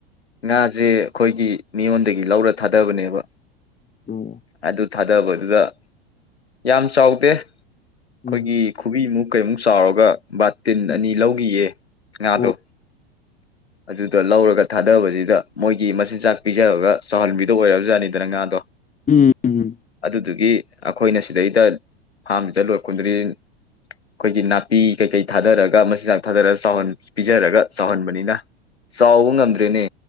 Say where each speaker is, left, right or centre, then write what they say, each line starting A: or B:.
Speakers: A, on the left (about 90°); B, on the left (about 25°).
A: ꯉꯥꯁꯦ ꯑꯩꯈꯣꯏꯒꯤ ꯃꯤꯉꯣꯟꯗꯒꯤ ꯂꯧꯔ ꯊꯥꯗꯕꯅꯦꯕ꯫
B: ꯑꯣ꯫
A: ꯑꯗꯨ ꯊꯥꯗꯕꯗꯨꯗ ꯌꯥꯝ ꯆꯥꯎꯗꯦ꯫ ꯑꯈꯣꯏꯒꯤ
B: ꯎꯝ
A: ꯈꯨꯕꯤꯃꯨꯛ ꯀꯩꯃꯨꯛ ꯆꯥꯎꯔꯒ ꯕꯥꯇꯤꯟ
B: ꯎꯝ
A: ꯑꯅꯤ ꯂꯧꯒꯤꯌꯦ ꯉꯥꯗꯣ꯫
B: ꯑꯣ
A: ꯑꯗꯨꯗ ꯂꯧꯔꯒ꯫ ꯊꯥꯗꯕꯁꯤꯗ ꯃꯣꯏꯒꯤ ꯃꯆꯤꯟꯖꯥꯛ ꯄꯤꯖꯔꯒ ꯆꯥꯎꯍꯟꯕꯤꯗꯕ ꯑꯣꯏꯔꯕꯖꯥꯠꯅꯤꯗꯅ ꯉꯥꯗꯣ꯫
B: ꯎꯝ ꯎꯝ
A: ꯑꯗꯨꯗꯨꯒꯤ ꯑꯈꯣꯏꯅ ꯁꯤꯗꯩꯗ ꯐꯥꯝꯁꯤꯗ ꯂꯣꯏꯔꯛꯄꯗꯨꯗꯗꯤ ꯈꯣꯏꯒꯤ ꯅꯥꯄꯤ ꯀꯩꯀꯩ ꯊꯥꯗꯔꯒ ꯃꯆꯤꯟꯖꯥꯛ ꯊꯥꯗꯔꯒ ꯄꯤꯖꯔꯒ ꯆꯥꯎꯍꯟꯕꯅꯤꯅ ꯆꯥꯎꯕ ꯉꯝ ꯅꯦ